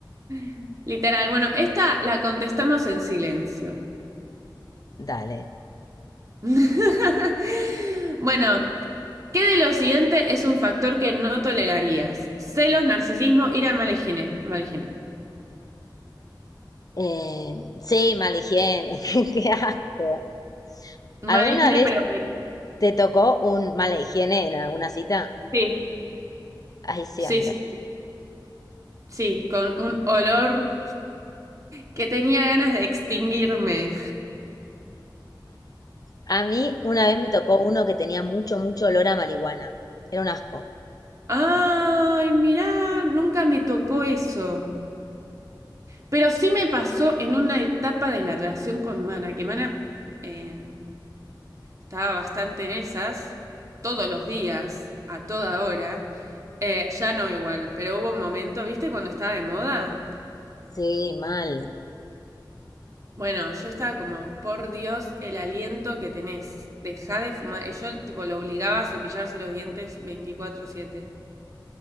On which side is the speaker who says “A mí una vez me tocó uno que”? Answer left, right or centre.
Left